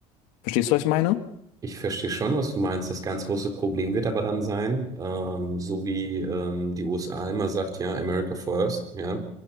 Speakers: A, on the left; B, on the right.
A: Verstehst du, was ich meine?
B: Ich verstehe schon, was du meinst. Das ganz große Problem wird aber dann sein, ähm, so wie ähm, die USA immer sagt, ja, America first, ja,